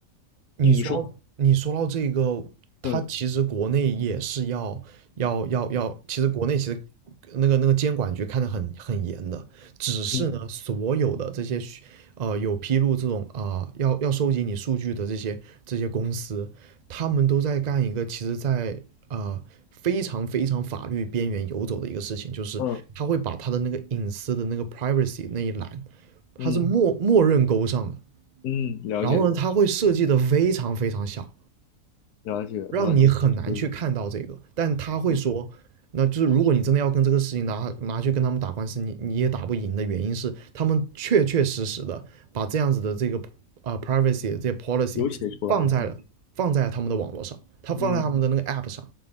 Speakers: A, on the right; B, on the left.
A: 你说你说到这个，
B: 嗯你说，
A: 他其实国内也是要要要要，
B: 嗯
A: 其实国内其实那个那个监管局看得很很严的，只是呢，
B: 嗯
A: 所有的这些虚呃有披露这种啊、要要收集你数据的这些这些公司，他们都在干一个其实在呃非常非常法律边缘游走的一个事情，就是他会把他的那个隐私的那个
B: 嗯。
A: privacy 那一栏，他是默默认勾上的。
B: 嗯嗯，了解
A: 然后呢，他会设计的非常非常小，
B: 了解了解，
A: 让你很难去看到这个。
B: 就是
A: 但他会说，
B: 嗯，
A: 那就是如果你真的要跟这个事情拿拿去跟他们打官司，你你也打不赢的原因是，他们确确实实的把这样子的这个呃 privacy 的这些 policy
B: 有写出来，
A: 放在了放在了他们的网络上，他放在他们的那个
B: 嗯
A: app 上，